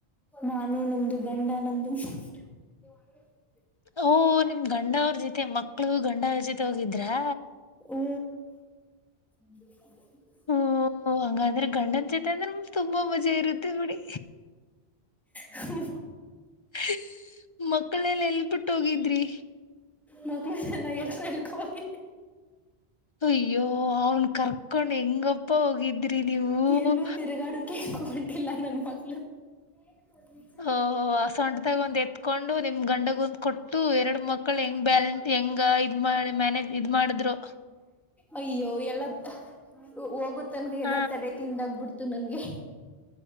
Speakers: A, in the centre; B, on the left.
A: ನಾನು ನಮ್ದು ಗಂಡಾ ನಮ್ದು ಶಾಸ್ತ್ರಿ. ನೀವು ಆಕಡೆ ಹುಡುಕ್ಬೇಕು.
B: ಓ ನಿಮ್ಮ ಗಂಡಾವ್ರ ಜೊತೆ ಮಕ್ಕಳು ಗಂಡಾವ್ರ ಜೊತೆ ಹೋಗಿದ್ರಾ.
A: ಹೂ ಅಂಜಲಿ ಗಂಬಾ ಅಂತ ಹೇಳಿ.
B: ಓ ಹಂಗಾದ್ರೆ ಗಂಡನ ಜೊತೆ ಅಂದ್ರೆ ನು ತುಂಬಾ ಮಜಾ ಇರುತ್ತೆ ಬಿಡಿ.
A: ಹ ಹ್ಹು
B: ಕ್ಕ್ ಮಕ್ಕಳೆನೆಲ್ಲಾ ಎಲ್ಲ ಬಿಟ್ಟ ಹೋಗಿದ್ರಿ.
A: ಮಕ್ಳು ಎಲ್ಲ ಎಲ್ಲಿ ಎಳ್ಕ ಹೋಗಿದ್.
B: ಅಯ್ಯೋ ಅವನ್ ಕರ್ಕೊಂಡ್ ಹೆಂಗಪ್ಪ ಹೋಗಿದ್ರಿ ನೀವು
A: ಎಲ್ಲೂ ತಿರುಗಾಡುಕ್ಕೆ ಗೋಳಿ. ಇಲ್ಲಾ ನನ್ ಮಗಳು. ಮನೆ ಬಿಟ್ಟು ಹೋಗ್ರಿ.
B: ಓ ಆ ಸೊಂಟದಾಗ ಒಂದ ಎತ್ಕೊಂಡು ನಿಮ್ಮ. ಗಂಡಗೊಂದ್ ಕೊಟ್ಟು ಎರಡು ಮಕ್ಕಳನ ಹೆಂಗ್ ಬ್ಯಾಲೆನ್ಸ್ ಹೆಂಗ ಇದ್ ಮಾಡ ಮ್ಯಾನೇಜ್ ಇದ್ ಮಾಡದ್ರೋ.
A: ಅಯ್ಯೋ ಎಲ್ಲಾ ತ್ತ ಹೋಗುತನಕಾ
B: ಹ
A: ಎಲ್ಲಾ ತಲೆ ತಿಂದಾಗಬಿಡ್ತು ನನಗೆ.